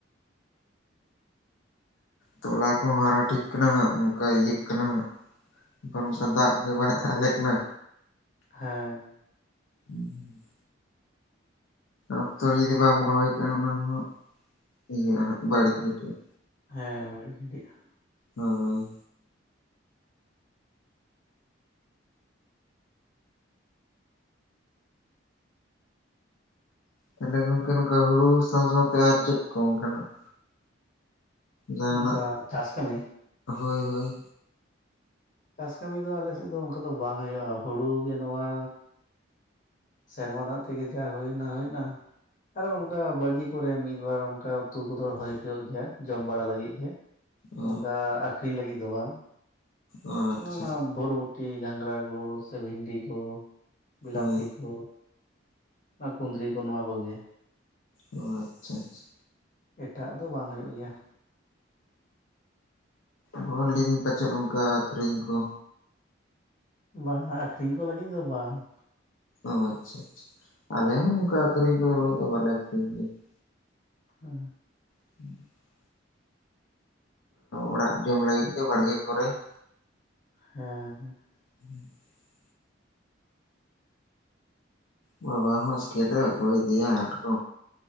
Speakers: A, on the left (about 80°); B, on the left (about 40°).
A: ᱛᱚᱞᱟ ᱠᱚᱦᱚᱸ ᱦᱟᱨᱟ ᱴᱷᱤᱠ ᱠᱟᱱᱟ, ᱦᱟᱸᱜ ᱱᱚᱝᱠᱟ ᱤᱭᱟᱹᱜ ᱠᱟᱱᱟ। ᱟᱫᱚ ᱱᱟᱝᱠᱟ ᱫᱟᱜ ᱜᱮ ᱵᱟᱭ ᱫᱟᱜ ᱟᱞᱮ ᱠᱟᱱᱟ।
B: ᱦᱮᱸ।
A: ᱦᱩᱸ, ᱦᱩᱸ। ᱚᱠᱛᱚ ᱡᱩᱫᱤ ᱵᱟᱢ ᱨᱚᱦᱚᱭ ᱠᱷᱟᱜ ᱚᱱᱟ ᱦᱚᱸ ᱤᱭᱟᱹᱜᱼᱟ ᱦᱟᱸᱜ ᱵᱟᱹᱲᱤᱡ ᱜᱰᱤᱤᱡᱼᱟ।
B: ᱦᱮᱸ ᱵᱟᱲᱤᱡ ᱜᱤᱰᱤᱡᱼ ᱟ।
A: ᱨᱚᱦᱚᱭ। ᱛᱟᱦᱚᱞᱮ ᱜᱚᱝᱠᱮ ᱱᱚᱝᱠᱟ ᱦᱳᱲᱩ ᱥᱟᱶ ᱥᱟᱶᱛᱮ, ᱟᱨ ᱪᱮᱫ ᱠᱚ ᱚᱱᱠᱟᱱᱟᱜ। ᱡᱟᱦᱱᱟᱜ
B: ᱚᱱᱠᱟ ᱪᱟᱥ ᱠᱟᱹᱢᱤ
A: ᱦᱳᱭ ᱦᱳᱭ।
B: ᱪᱟᱥ ᱠᱟᱹᱢᱤ ᱫᱚ ᱟᱞᱮ ᱥᱮᱫ ᱫᱚ ᱚᱱᱠᱟ ᱫᱚ ᱵᱟᱝ ᱦᱳᱭᱳᱜᱼᱟ, ᱦᱳᱲᱩ ᱜᱮ ᱱᱚᱣᱟ। ᱥᱮᱨᱢᱟ ᱫᱟᱜ ᱛᱮᱜᱮ ᱡᱟ ᱦᱩᱭᱱᱟ ᱦᱩᱭᱱᱟ। ᱟᱨᱚ ᱚᱱᱠᱟ ᱵᱟᱲᱜᱮ ᱠᱚᱨᱮ ᱢᱤᱫ ᱵᱟᱨ ᱚᱱᱠᱟ ᱩᱛᱩ ᱠᱚᱫᱚ ᱨᱚᱦᱚᱭ ᱦᱩᱭᱩᱜ ᱜᱮᱭᱟ ᱡᱚᱢ ᱵᱟᱲᱟ ᱞᱟᱹᱜᱤᱫ ᱜᱮ।
A: ᱚ
B: ᱚᱝᱠᱟ ᱟᱠᱷᱨᱤᱧ ᱞᱟᱹᱜᱤᱫ ᱫᱚ ᱵᱟᱝ?
A: ᱚ ᱟᱪᱪᱷᱟ
B: ᱱᱚᱜᱚᱭ ᱚᱱᱟ ᱵᱚᱨᱵᱚᱴᱤ ᱜᱷᱟᱸᱝᱽᱨᱟ ᱠᱚ ᱥᱮ ᱵᱷᱤᱱᱰᱤ ᱠᱚ ᱵᱤᱞᱟᱛᱤ
A: ᱦᱳᱭ
B: ᱠᱚ। ᱟᱨ ᱠᱩᱫᱽᱨᱤ ᱠᱚ ᱱᱚᱣᱟ ᱠᱚᱜᱮ ᱾
A: ᱚ ᱟᱪᱪᱷᱟ ᱟᱪᱪᱷᱟ᱾
B: ᱮᱴᱟᱜ ᱫᱚ ᱵᱟᱝ ᱦᱩᱭᱩᱜ ᱜᱮᱭᱟ᱾
A: ᱦᱚᱸ ᱞᱟᱹᱭᱫᱤᱧ ᱯᱟᱪᱮᱠ ᱚᱝᱠᱟ ᱟᱹᱠᱷᱨᱤᱧ ᱠᱚ᱾
B: ᱵᱟᱦ ᱟᱠᱷᱨᱤᱧ ᱠᱚ ᱞᱟᱹᱜᱤᱫ ᱫᱚ ᱵᱟᱝ ᱾
A: ᱚ ᱟᱪᱪᱷᱟ ᱟᱪᱪᱷᱟ ᱟᱞᱮ ᱦᱚᱸ ᱱᱚᱝᱠᱟ ᱟᱠᱷᱨᱤᱧ ᱠᱚᱫᱚ ᱩᱱᱟᱹᱜ ᱫᱚ ᱵᱟᱞᱮ ᱟᱠᱷᱨᱤᱧ ᱜᱮᱭᱟ ᱾
B: ᱦᱩᱸ ᱾
A: <inaudible> ᱚᱲᱟᱜ ᱡᱚᱢ ᱞᱟᱹᱜᱤᱫ ᱜᱮ ᱵᱟᱲᱜᱮ ᱠᱚᱨᱮ ᱾
B: ᱦᱮᱸ ᱦᱮᱸ
A: <inaudible> ᱵᱟᱵᱟ ᱦᱚᱸ ᱟᱥᱠᱮᱫᱚᱟᱭ ᱚᱠᱚᱭ ᱤᱫᱤᱭᱟ ᱦᱟᱴ ᱠᱚ᱾